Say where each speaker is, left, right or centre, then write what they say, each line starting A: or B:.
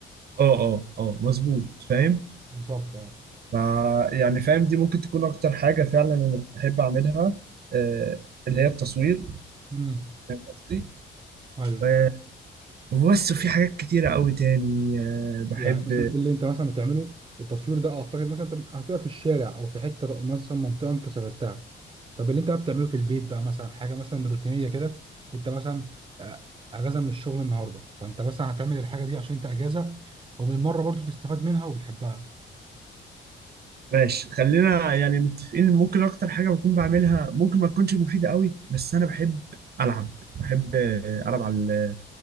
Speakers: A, on the right; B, on the right.
A: اه اه اه مظبوط فاهم
B: بالظبط ايوه
A: ف يعني فاهم دي ممكن تكون اكتر حاجه فعلا انا بحب اعملها آه، اللي هي التصوير
B: امم
A: قصدي
B: ايوه
A: آه، وبس وفي حاجات كتيره قوي تاني آه، بحب
B: يعني مثلا اللي انت مثلا بتعمله التصوير ده اعتقد مثلا انت بت- هتبقى في الشارع او في حته مثلا منطقه انت سافرتها طب اللي انت بقى بتعمله في البيت بقى مثلا حاجه مثلا روتينيه كده انت مثلا آه، اجازه من الشغل النهارده فانت مثلا هتعمل الحاجه دي عشان انت اجازه وبالمره برضو تستفاد منها وبتحبها
A: ماشي خلينا يعني متفقين إن ممكن اكتر حاجه بكون بعملها ممكن ما تكونش مفيده قوي بس انا بحب العب بحب آه، العب على ال-